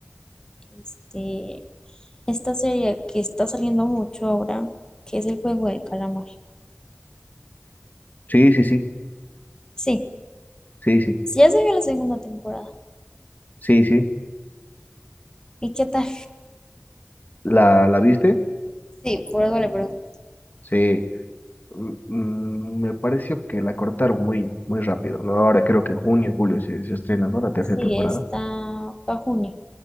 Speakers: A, on the left; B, on the left.
A: este, esta serie que está saliendo mucho ahora, que es el juego de calamar.
B: Sí, sí, sí,
A: Sí,
B: sí, sí,
A: sí, ya salió la segunda temporada.
B: sí, sí.
A: ¿Y qué tal?
B: ¿La, la viste?
A: Sí, por algo le pregunto.
B: Sí. Mm, mm, me pareció que la cortaron muy, muy rápido, ¿no? Ahora creo que en junio, julio se, se estrena, ¿no? La tercera
A: Sí,
B: temporada.
A: está para junio,